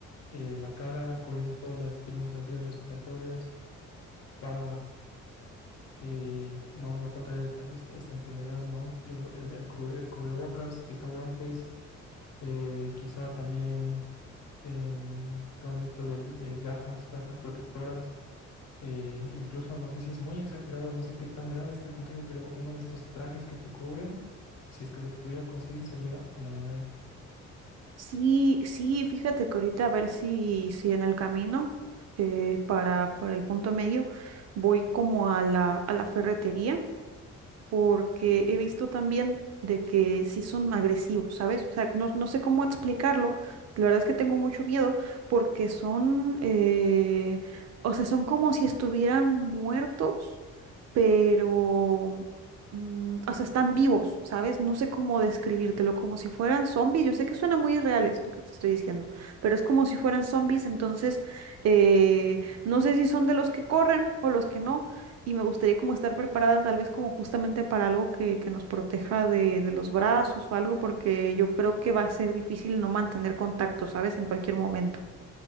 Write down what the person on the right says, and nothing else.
Sí, sí, fíjate que ahorita a ver si, si en el camino eh, para, para el punto medio voy como a la, a la ferretería porque he visto también de que sí son agresivos, ¿sabes? O sea, no, no sé cómo explicarlo. La verdad es que tengo mucho miedo porque son, eh, o sea, son como si estuvieran muertos, pero, mm, o sea, están vivos, ¿sabes? No sé cómo describírtelo, como si fueran zombies. Yo sé que suena muy irreal esto que te estoy diciendo, pero es como si fueran zombies, entonces, eh, no sé si son de los que corren o los que no y me gustaría como estar preparada tal vez como justamente para algo que, que nos proteja de, de los brazos o algo, porque yo creo que va a ser difícil no mantener contacto, ¿sabes? En cualquier momento.